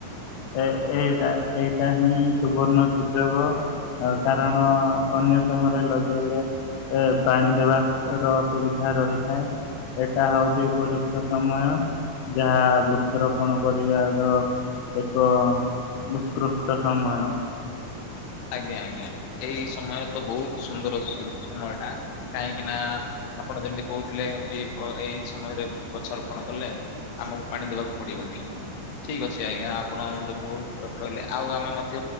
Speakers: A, on the left; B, on the left.
A: ଏ ଏଇଟା ଏଇଟା ହିଁ ସୁବର୍ଣ୍ଣ ସୁଯୋଗ। ଆଉ କାରଣ ଅନ୍ୟ ସମୟରେ ଲଗେଇଲେ ଏ ପାଣି ଦେବା ର ଅସୁବିଧା ରହିଥାଏ। ଏଟା ହଉଚି ଉପଯୁକ୍ତ ସମୟ। ଯାହା ବୃକ୍ଷରୋପଣ କରିବାର ଏକ ଉତ୍କୃଷ୍ଟ ସମୟ।
B: ଆଜ୍ଞା ଆଜ୍ଞା ଏଇ ସମୟ ତ ବହୁତ ସୁନ୍ଦର ସମୟ ଟା। କାହିଁକି ନା ଆପଣ ଯେମିତି କହୁଥିଲେ ଇଏ ଏଇ ସମୟରେ ଗଛରୋପଣ କଲେ ଆମକୁ ପାଣି ଦବାକୁ ପଡିିବନି। ଠିକ ଅଛି ଆଜ୍ଞା ଆପଣ ବହୁତ କଲେ ଆଉ ଆମେ ମଧ୍ୟ